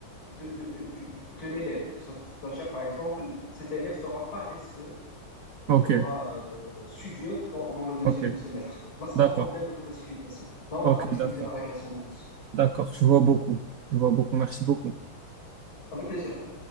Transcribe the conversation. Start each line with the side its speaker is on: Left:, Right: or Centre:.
Left: de, de, de, de l'élève. C'est-à-dire, par exemple, cet élève sera paresseux ou
Right: Ok,
Left: sera euh, studieux dans, dans le deuxième
Right: ok,
Left: semestre. Là, c'est
Right: d'accord,
Left: un problème de classification. Là, on
Right: ok,
Left: va utiliser
Right: d'accord,
Left: la régression logistique.
Right: d'accord, je vois beaucoup, je vois beaucoup, merci beaucoup.
Left: Avec plaisir, frère.